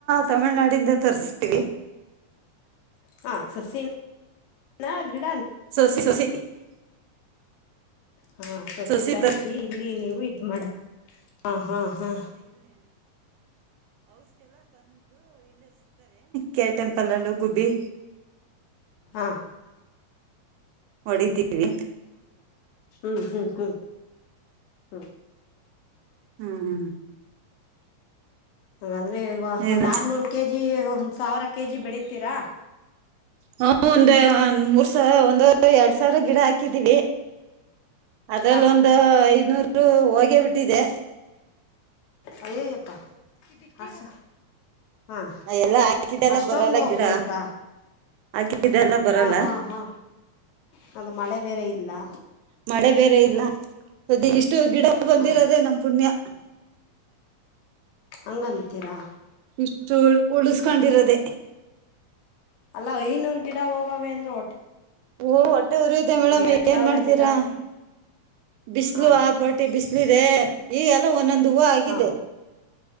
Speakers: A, on the right (about 85°); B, on the left (about 80°).
A: ತಮಿಳುನಾಡಿಂದ ತರಿಸ್ತೀವಿ
B: ಹ ಸಸೀ ನ
A: <inaudible> <inaudible>
B: ಹಾ ಸಸಿ
A: ರವೆ
B: ತರ್ಸಿ ಇಲ್ಲಿ ನೀವು ಇದ್ ಮಾಡ ಹಾ ಹಾ ಹಾ
A: ಕೆ ಟೆಂಪಲಲ್ಲಿ ಗುಬ್ಬಿ
B: ಹ
A: ಹೊಡಿತೀವಿ
B: ಹು ಹೂ ಹೂ ಹೂ
A: ಹೂ ಹೂ
B: ಹೂ ವೆ ಅವ
A: ಏನ್
B: ಒಂದ ಆರುನೂರು ಕೆಜಿ ಏ ಅವ ಒಂದ ಸಾವಿರ ಹಕ ಜಿ ಕೆಜಿ ಬೆಳಿತೀರಾ
A: ಹು ಒಂದ ಮೂರುಸಾವಿರ ಒಂದುವರಿ ಎರಡವರಿ ಸಾವಿರ ಗಿಡ ಹಾಕಿದೀವಿ ಅದರಲ್
B: ಹಾ
A: ಒಂದ ಐದನೂರು ಹು ಹೋಗಿಬಿಟ್ಟಿದೆ
B: ಅಯ್ಯೋಯೋ ಅಕ್ಕಾ ಹಸ್ ಹ್ಮ್
A: ಎಲ್ಲಾ ಹಾಕಿದ್ದೆಲ್ಲ
B: ಅಷ್ಟೊಂದ
A: ಬರಲ್ಲ ಗಿಡ
B: ಬಿಡುತ್ತಾ
A: ಹಾಕಿದ್ದೆಲ್ಲ ಬರಲ್ಲ
B: ಹ್ ಹ್ ಹ್ ಹೌದು ಮಳೆ ಬೇರೆ ಇಲ್ಲಾ
A: ಮಳೆ ಬೇರೆ ಇಲ್ಲಾ ಇದು ಇಸ್ಟ ಗಿಡಾ ಬಂದಿರೋದು
B: ಹಾ
A: ನಮ್ ಪುಣ್ಯಾ
B: ಓಹ್ ಅಂತೀರಾ
A: ಇಷ್ಟು ಉಳಸ್ಕೊಂಡಿರೊದೇ--.
B: ಅಲ್ಲಾ ಐನೂರು ಗಿಡಾ ಹೋಗ್ಯಾವೆ ಅಂದೇ
A: ಓಹ್ ಹೊಟ್ಟೆ ಉರಿಯುತ್ತೆ ಮೇಡಂ
B: ಎರಡ್ ಸಾವಿರ
A: ಏನ್ ಮಾಡ್ತೀರಾ
B: ಗಿಡ ಹಾಕಿ
A: ಬಿಸ್ಲು
B: ಹಾ
A: ಆ ಪಾಟಿ ಬಿಸ್ಲು ಇದೆ ಏ ಎಲ್ಲಾ ಒಂದ್ ಒಂದ್ ಹೂವಾ ಆಗಿದೆ
B: ಹಾ